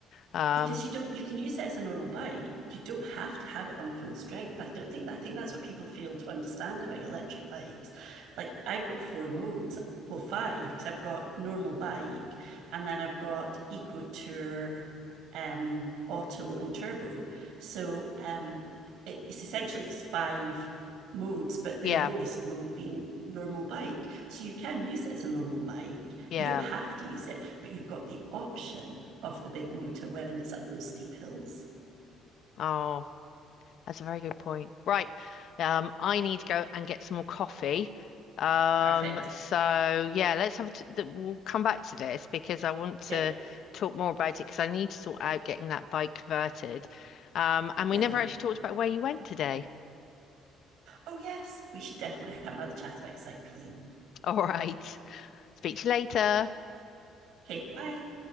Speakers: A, on the left; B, on the right.
A: Um,
B: because you don't you can use it as a normal bike you don't have to have it on full strength i don't think i think that's what people fail to understand about electric bikes like i've got four modes well five because i've got normal bike and then i've got eco tour um auto and turbo so um it, it's essentially it's five modes, but the
A: yeah,
B: lowest mode being normal bike. So you can use it as a normal bike.
A: yeah.
B: You don't have to use it, but you've got the option of the big motor when it's up those steep hills.
A: Oh. That's a very good point. Right. Um, I need to go and get some more coffee. Um,
B: Perfect.
A: so yeah, let's have a t th we'll come back to this because I want to
B: Yeah.
A: talk more about it because I need to sort out getting that bike converted. Um, and
B: yeah.
A: we never actually talked about where you went today.
B: Oh, yes. We should definitely have another chat about cycling.
A: <laughs> All right. Speak to you later.
B: Okay. Bye.